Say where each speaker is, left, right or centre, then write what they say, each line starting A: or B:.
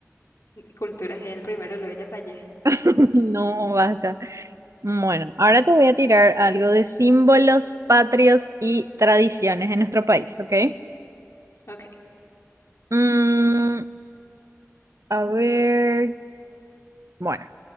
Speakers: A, on the left; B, on the right.
A: Cultura es el primero, luego ya fallé.
B: <laughs> No, basta. Bueno, ahora te voy a tirar algo de símbolos patrios y tradiciones en nuestro país, ¿ok?
A: Ok,
B: Mm, a ver, bueno.